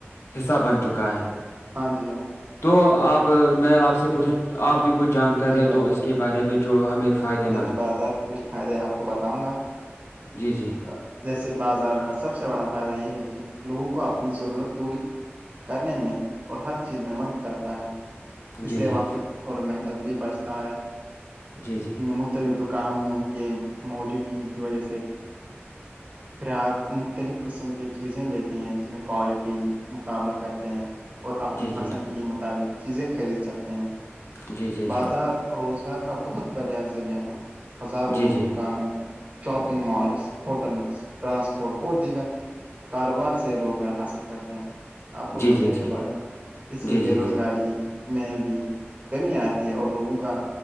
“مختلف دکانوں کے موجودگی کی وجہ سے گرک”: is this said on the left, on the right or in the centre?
Right